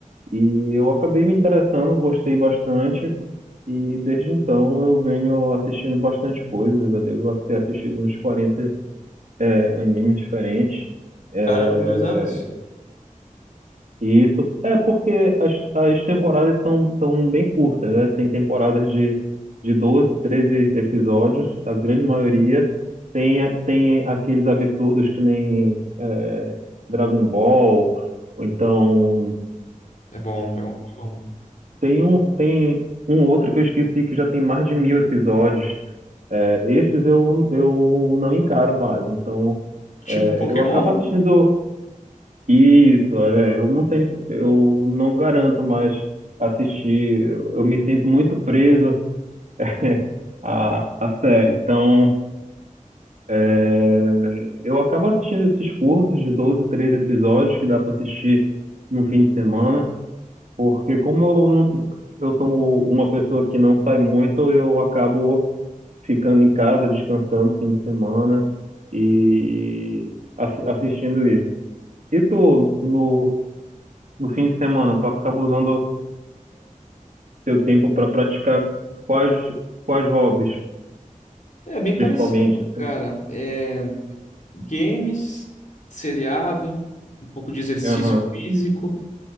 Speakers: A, on the right; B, on the left.
A: E eu acabei me interessando, gostei bastante, e desde então eu venho assistindo bastante coisas. Eu devo ter assistido uns 40 é, animes diferentes. É,
B: Caramba, em dois anos?
A: e isso é porque as, as temporadas são, são bem curtas, né? Tem temporadas de, de 12, 13 episódios, a grande maioria. Tem, a- tem aqueles absurdos que nem é, Dragon Ball, ou então
B: É bom, Dragon Ball é bom.
A: Tem um, tem um outro que eu esqueci que já tem mais de mil episódios. É, esses eu, eu não encaro mais. Então,
B: Tipo
A: é,
B: Pokémon?
A: eu acabo assistindo isso. é, eu não tenho, eu não garanto mais assistir. Eu, eu me sinto muito preso <laughs> à, à série. Então, é, eu acabo assistindo esses curtos de 12 13 episódios que dá para assistir no fim de semana, porque como eu, não- eu sou um, uma pessoa que não sai muito, eu acabo ficando em casa, descansando fim de semana e assi- assistindo isso. E tu, no, no fim de semana, tu acaba usando teu tempo para praticar quais, quais hobbies,
B: É bem
A: principalmente,
B: parecido,
A: assim?
B: cara. É, games, seriado, um pouco de exercício
A: Aham.
B: físico.